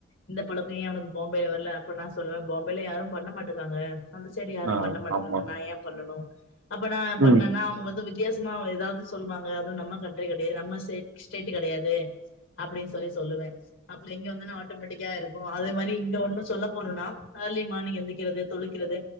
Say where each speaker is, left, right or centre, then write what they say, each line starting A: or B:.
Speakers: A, on the left; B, on the right.
A: இந்த பழக்க ஏ ஒனக்கு பாம்பேல வர்ல அப்ப நா சொல்லுவே பாம்பேல யாரு பண்ண மாட்டக்காங்க அந்த சைடு யாரு
B: ஆ
A: பண்ண மாட்டங்காங்க
B: ஆமா
A: நா ஏ பண்ணனு அப்ப நா பண்ணன்னா
B: ம்
A: அவங்க வந்து வித் யாசமா எதாவுது சொல்வாங்க நம்ம கன்ட்ரி கெடையாது நம்ம ஸ்டேட் ஸ்டேட் கெடையாது அப்படின் சொல்லி சொல்லுவ அப்பற இங்க வந்தொன்னே ஆட்டோமேட்டிக்கா இருக்கு அதே மாரி இங்க ஒன்னு சொல்லபோனுனா ஏர்லி மானிங் எந்திரிக்கிறது தொளிக்கிறது